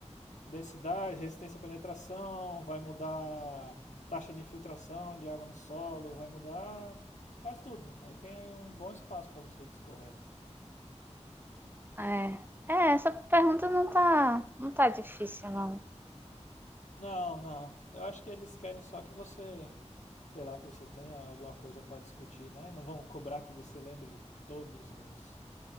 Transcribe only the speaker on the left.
densidade, resistência à penetração, vai mudar taxa de infiltração de água no solo, vai mudar quase tudo. Aí tem aí um bom espaço para você discorrer.
Não, não. Eu acho que eles querem só que você, sei lá, que você tenha alguma coisa para discutir, né? Não vão cobrar que você lembre de todos os,